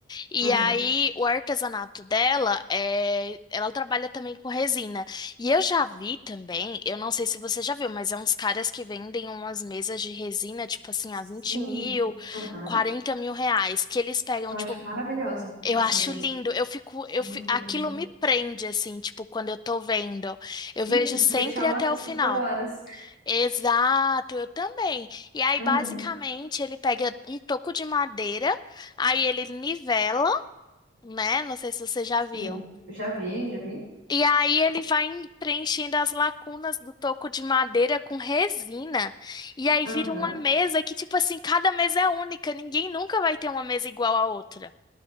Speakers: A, on the left; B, on the right.
A: E
B: Aham.
A: aí, o artesanato dela é, ela trabalha também com resina. E eu já vi também, eu não sei se você já viu, mas é uns caras que vendem umas mesas de resina, tipo assim,
B: Sim,
A: a 20 mil,
B: aham.
A: 40 mil reais, que eles pegam,
B: Eu
A: tipo,
B: acho maravilhosa
A: eu
B: essas
A: acho
B: meninas.
A: lindo, eu fico, eu
B: Muito
A: fi- aquilo
B: lindo.
A: me prende, assim, tipo, quando eu tô vendo. Eu
B: Isso,
A: vejo
B: se
A: sempre
B: deixar eu
A: até
B: assisto
A: o final.
B: por horas.
A: Exato, eu também. E aí,
B: Aham.
A: basicamente, ele pega um toco de madeira, aí ele nivela, né? Não sei se vocês já viram.
B: Sim, já vi, já vi.
A: E aí ele vai preenchendo as lacunas do toco de madeira com resina. E aí
B: Aham.
A: vira uma mesa que, tipo assim, cada mesa é única. Ninguém nunca vai ter uma mesa igual à outra.